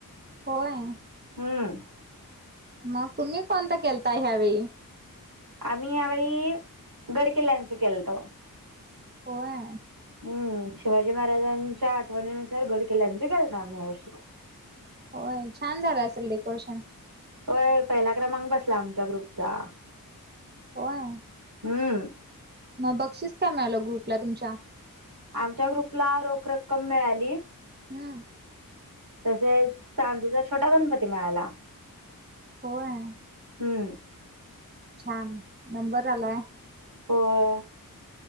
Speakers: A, on the right; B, on the right.
A: होय
B: हम्म
A: मग तुम्ही कोणता केलता ह्यावेेळी
B: आम्ही यावेळी गडकिल्ल्यांच केलतो
A: होय.
B: हम्म, शिवाजी महाराजांच्या आठवणीनुसार गड किल्ल्यामध्ये गेलतो आम्ही अवश्यक.
A: होय छान झालं असेल डेकोरेशन?
B: होय पहिला क्रमांक बसला आमच्या ग्रुपचा.
A: होय.
B: हम्म.
A: मग बक्षीस काय मिळालं ग्रुपला तुमच्या?
B: आमच्या ग्रुपला रोख रक्कम मिळाली.
A: हम्म.
B: तसेच चांदीचा छोटा गणपती मिळाला.
A: होय.
B: हम्म.
A: छान नंबर आलाय.
B: होय.